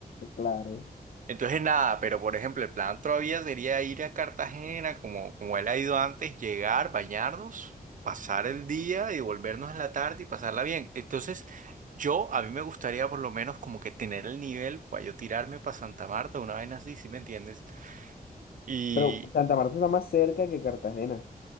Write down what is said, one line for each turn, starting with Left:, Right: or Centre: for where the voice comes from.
Left: Claro.
Right: Entonces nada, pero por ejemplo, el plan todavía sería ir a Cartagena, como, como él ha ido antes, llegar, bañarnos, pasar el día y volvernos en la tarde y pasarla bien. Entonces, yo, a mí me gustaría por lo menos como que tener el nivel para yo tirarme para Santa Marta, una vaina así, si me entiendes? Y
Left: Pero Santa Marta está más cerca que Cartagena.